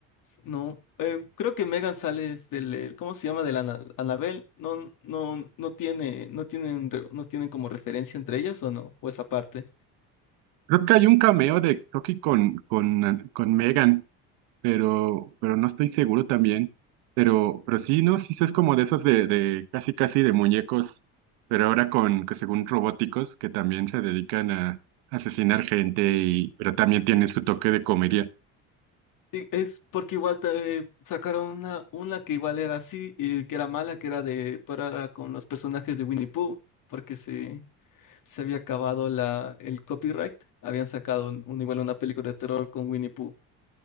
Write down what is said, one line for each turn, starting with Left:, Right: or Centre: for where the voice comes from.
Left: No, eh, creo que Megan sale es del, eh, ¿cómo se llama? De la Ana- Anabel. No, no, no tiene, no tienen, re- no tienen como referencia entre ellas o no, o esa parte.
Right: Creo que hay un cameo de Chucky con, con, con Megan. pero, pero no estoy seguro también. Pero, pero sí, ¿no? Sí, es como de esos de, de casi casi de muñecos, pero ahora con, que según robóticos, que también se dedican a asesinar gente, y, pero también tienen su toque de comedia.
Left: Sí, es porque igual te, sacaron una, una que igual era así, y que era mala, que era de, pero con los personajes de Winnie Pooh, porque se, se había acabado la, el copyright. Habían sacado un, un- igual una película de terror con Winnie Pooh.